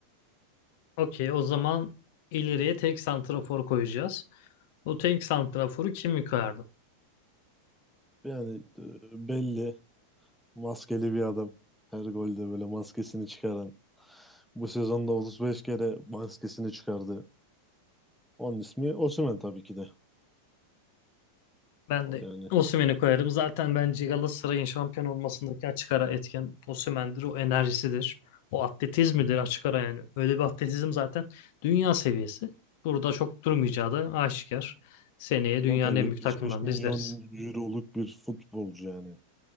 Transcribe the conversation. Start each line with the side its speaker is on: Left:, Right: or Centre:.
Left: Okey o zaman ileriye tek santrafor koyacağız. O tek santraforu kim koyardı?
Centre: Yani e, belli maskeli bir adam. Her golde böyle maskesini çıkaran. Bu sezonda 35 kere maskesini çıkardı. Onun ismi Osimhen tabii ki de.
Left: Ben
Centre: O
Left: de
Centre: Yani
Left: Osimhen'i koyarım. Zaten bence Galatasaray'ın şampiyon olmasındaki açık ara etken Osimhen'dir. O enerjisidir. O atletizmidir açık ara yani. Öyle bir atletizm zaten dünya seviyesi. Burada çok durmayacağı da aşikar. Seneye
Centre: zaten
Left: dünyanın en
Centre: 75
Left: büyük takımlarını
Centre: milyon
Left: da izleriz.
Centre: euroluk bir futbolcu yani.